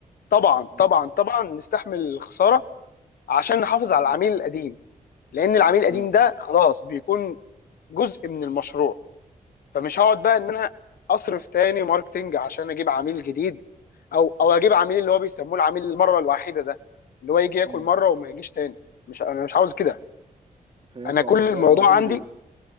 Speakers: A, on the left; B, on the right.
A: طبعا
B: مم.
A: طبعا طبعا نستحمل الخسارة عشان نحافظ على
B: مم.
A: العميل القديم لان العميل القديم
B: مم.
A: ده خلاص بيكون جزء من المشروع فمش هقعد بقى ان انا اصرف تاني ماركتنج عشان اجيب عميل جديد او او اجيب عميل اللي هو بيسموه العميل المره الواحده ده اللي هو يجي ياكل
B: مم.
A: مره وما يجيش تاني مش انا مش عاوز كده
B: طيب. فهمت
A: انا كل
B: قصدك
A: الموضوع
B: طيب عظيم
A: عندي
B: جدا